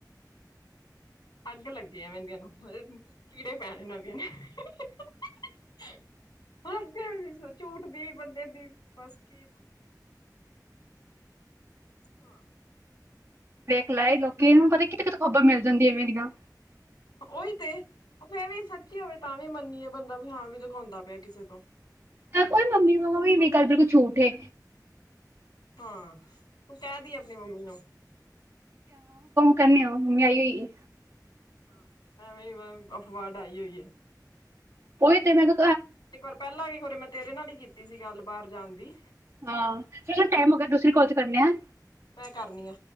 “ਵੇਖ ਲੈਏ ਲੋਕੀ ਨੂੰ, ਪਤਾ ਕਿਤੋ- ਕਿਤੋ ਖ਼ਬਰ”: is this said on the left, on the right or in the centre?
Right